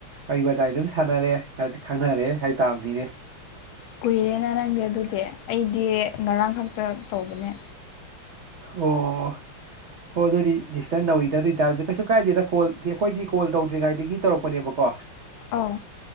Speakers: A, on the right (about 85°); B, on the left (about 75°).
A: ꯋꯥꯔꯤ ꯋꯥꯇꯏ ꯑꯗꯨ ꯁꯥꯟꯅꯔꯦ ꯈꯪꯅꯔꯦ ꯍꯥꯏꯇꯕꯅꯤꯅꯦ
B: ꯀꯨꯏꯔꯦꯅꯦ ꯅꯪꯗꯤ ꯑꯗꯨꯗꯤ ꯑꯩꯗꯤ ꯉꯔꯥꯡ ꯈꯛꯇ ꯇꯧꯕꯅꯦ
A: ꯑꯣ ꯍꯣꯏ ꯑꯗꯨꯗꯤ ꯗꯤꯁꯇꯔ ꯅꯧꯔꯤꯗ ꯑꯗꯨ ꯑꯣꯏꯇꯥꯔꯁꯨ ꯀꯩꯁꯨ ꯀꯥꯏꯗꯦꯗ ꯀꯣꯜꯗꯤ ꯑꯩꯈꯣꯏꯗꯤ ꯀꯣꯜ ꯇꯧꯗ꯭ꯔꯤꯉꯥꯏꯗꯒꯤ ꯇꯧꯔꯛꯄꯅꯦꯕꯀꯣ
B: ꯑꯥꯎ